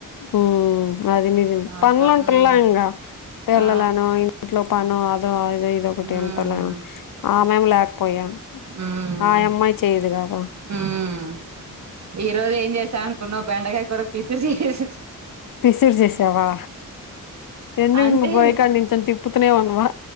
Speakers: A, on the left; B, on the right.
A: ఉ అది నిజమే పనలంటర్లాకా
B: అట్లా మ్మ్
A: పిల్లలను
B: ఆ
A: ఇంట్లో పను అదో అదో ఇదో ఒకటి
B: మ్మ్
A: వింటాలలను ఆమెము లేక పోయా
B: మ్మ్
A: ఆయమ్మాయి చేయ్యదుగాద
B: మ్మ్ ఈ రోజు ఏం చేసాఅనుకున్నావు్ బెండకాయ కూర కిచిడిచేసేస
A: పిసిరు చేసావా ఎందుకు
B: అంటే
A: ఇంగ పొయ్యి కాడ నించోని తిప్పుతూనే ఉన్నావా